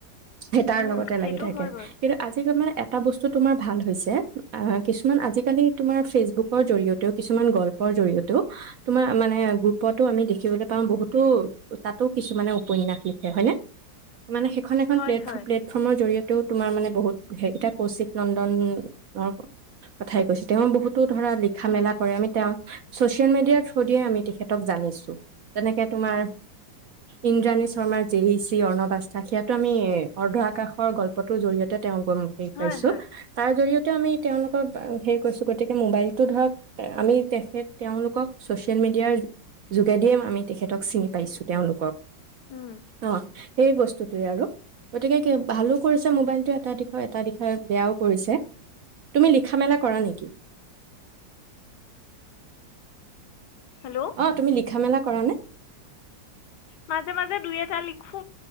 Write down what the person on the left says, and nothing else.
উম
সেইটো
হয় বাৰু
হয় হয়
অঁ
হয়
হয়
উম
হেল্ল'
মাজে মাজে দুই এটা লিখো